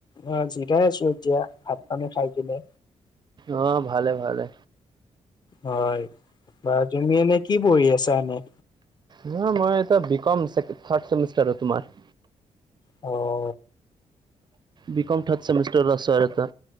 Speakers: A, on the left (about 35°); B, on the right (about 35°).
A: অ জিৰাই আছো এতিয়া ভাত-পানী খাই কিনে।
B: অ ভালে-ভালে।
A: হয়, বাৰু তুমি এনে কি পঢ়ি আছা এনে?
B: নহয় মই এতিয়া বি কম ছেকে থাৰ্ড ছেমিষ্টাৰত তোমাৰ।
A: অ।
B: বি কম থাৰ্ড ছেমিষ্টাৰত আছো আৰু এতা।